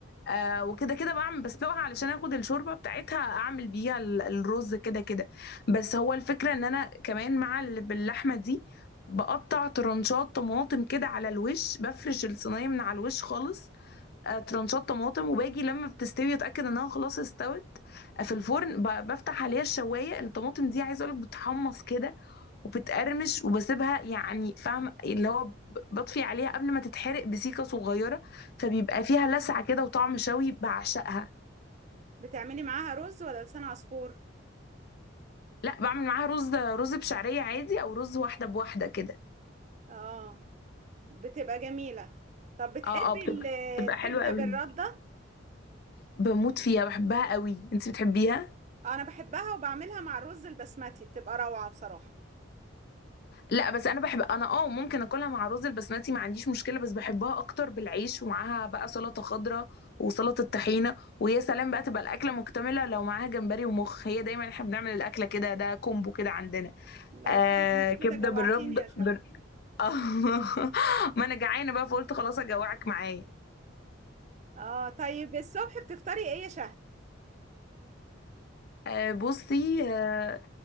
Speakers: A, on the left (about 50°); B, on the right (about 35°).
A: آه وكده كده بعمل بسلقها علشان اخد الشوربه بتاعتها اعمل بيها ال- الرز كده كده بس هو الفكره ان انا كمان مع ال- باللحمه دي بقطع ترنشات طماطم كده على الوش بفرش الصينيه من على الوش خالص آه ترنشات طماطم وباجي لما بتستوي اتاكد انها خلاص استوت آه، في الفرن ب- بفتح عليها الشوايه الطماطم دي عايزه اقولك بتحمص كده وبتقرمش وبسيبها يعني فاهم اللي هو ب- بطفي عليها قبل ما تتحرق بسيكة صغيرة فبيبقى فيها لسعة كده وطعم شوي بعشقها
B: بتعملي معاها رز ولا لسان عصفور
A: لا بعمل معاها رز رز بشعرية عادي او رز واحدة بواحدة كده
B: اه بتبقى جميلة طب بتحبي
A: اه اه بتبقى
B: ال-
A: بتبقى
B: الكبدة
A: حلوة قوي
B: بالردة
A: بموت فيها بحبها قوي انت بتحبيها
B: انا بحبها وبعملها مع الرز البسمتي بتبقى روعة بصراحة
A: لا بس انا بحب انا اه ممكن اكلها مع رز البسمتي ما عنديش مشكله بس بحبها اكتر بالعيش ومعاها بقى سلطه خضراء وسلطه طحينه ويا سلام بقى تبقى الاكله مكتمله لو معاها جمبري ومخ هي دايما احنا بنعمل الاكله كده ده كومبو كده عندنا
B: لا
A: آه
B: يا شهد انت
A: كبده
B: كده جوعتيني
A: بالرد
B: يا شهد
A: بال... <laughs> آه. ما انا جعانه بقى فقلت خلاص اجوعك معايا
B: اه طيب الصبح بتفطري ايه يا شهد
A: آه، بصي آه،